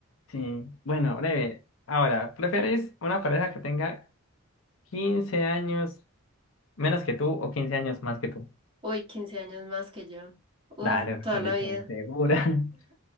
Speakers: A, on the left; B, on the right.
A: Sí, bueno, breve. Ahora, ¿prefieres una pareja que tenga 15 años menos que tú o 15 años más que tú?
B: Uy, 15 años más que yo. Uf,
A: Dale, respondiste
B: toda la vida.
A: muy segura.
B: <laughs>
A: <laughs>